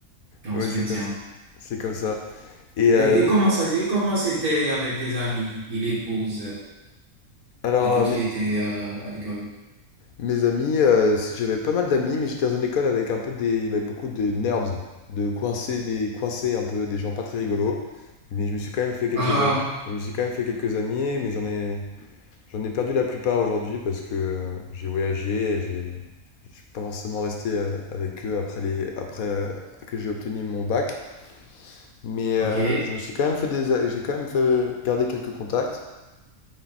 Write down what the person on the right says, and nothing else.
Et on
se
maintient.
Et,
et comment ça, et comment c'était avec tes amis et l'épouse
euh, quand
tu
étais euh, à l'école?
Ah,
ah, ok,